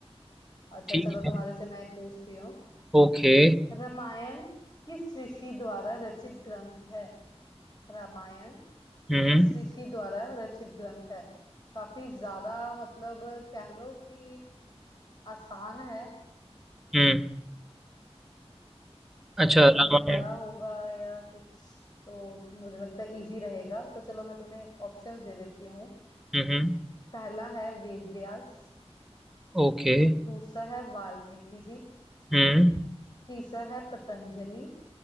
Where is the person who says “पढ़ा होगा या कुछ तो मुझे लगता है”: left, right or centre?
Left